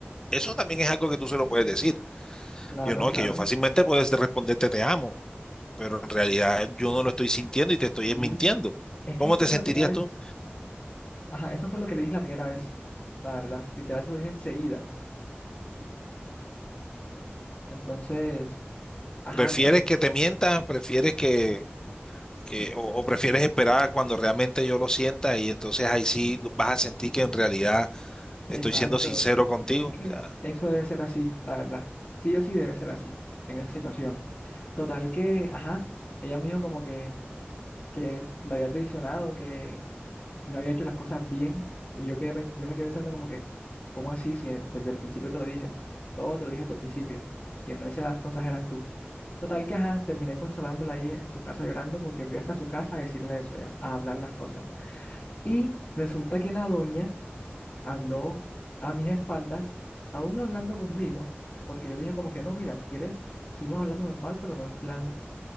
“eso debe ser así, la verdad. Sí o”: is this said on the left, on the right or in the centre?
Left